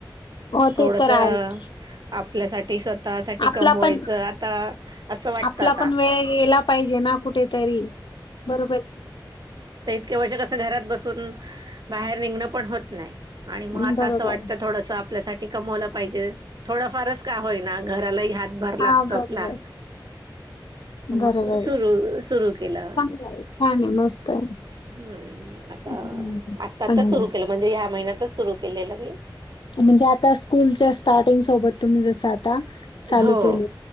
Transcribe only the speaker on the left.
हो
ते तर
आहेच.
आपला
पण
आपला
पण वेळ गेला पाहिजे ना कुठेतरी बरोबर!
बरोबर.
हां, बरोबर.
बरोबर.
चांगलं आहे. छान आहे. मस्त आहे.
हं,
चांगलं
आहे.
म्हणजे आता स्कूलच्या स्टार्टिंग सोबत तुम्ही जस आता चालू
केल.